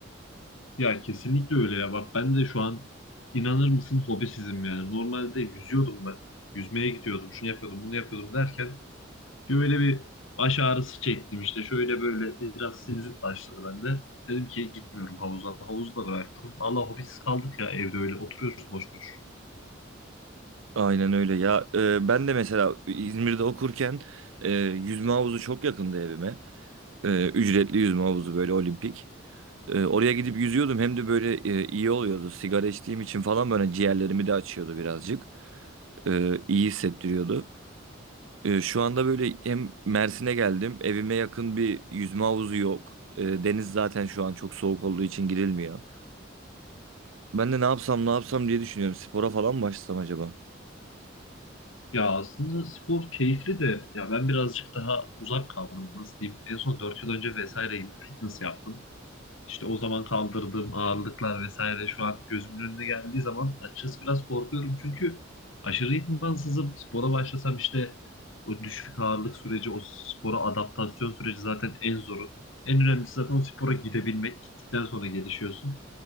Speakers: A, on the left; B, on the right.
A: Ya kesinlikle öyle ya. Bak ben de şu an inanır mısın hobisizim yani. Normalde yüzüyordum ben. Yüzmeye gidiyordum. Şunu yapıyordum, bunu yapıyordum derken bir öyle bir baş ağrısı çektim işte. Şöyle böyle biraz sinüzit başladı bende. Dedim ki gitmiyorum havuza. Havuzu da bıraktım. Valla hobisiz kaldık ya evde öyle oturuyoruz boş boş.
B: Aynen öyle ya. e, ben de mesela İzmir'de okurken e, yüzme havuzu çok yakındı evime. E, ücretli yüzme havuzu böyle olimpik. E, oraya gidip yüzüyordum hem de böyle e, iyi oluyordu. Sigara içtiğim için falan böyle ciğerlerimi de açıyordu birazcık. E, iyi hissettiriyordu. Ee, şu anda böyle hem Mersin'e geldim. Evime yakın bir yüzme havuzu yok. Ee, deniz zaten şu an çok soğuk olduğu için girilmiyor. Ben de ne yapsam ne yapsam diye düşünüyorum. Spora falan mı başlasam acaba?
A: Ya aslında spor keyifli de ya ben birazcık daha uzak kaldım nasıl diyeyim. En son 4 yıl önce vesaire gibi fitness yaptım. İşte o zaman kaldırdığım ağırlıklar vesaire şu an gözümün önüne geldiği zaman açıkçası biraz korkuyorum. Çünkü aşırı idmansızım. Spora başlasam işte o düşük ağırlık süreci, o spora adaptasyon süreci zaten en zoru. En önemlisi zaten o spora gidebilmek. Gittikten sonra gelişiyorsun.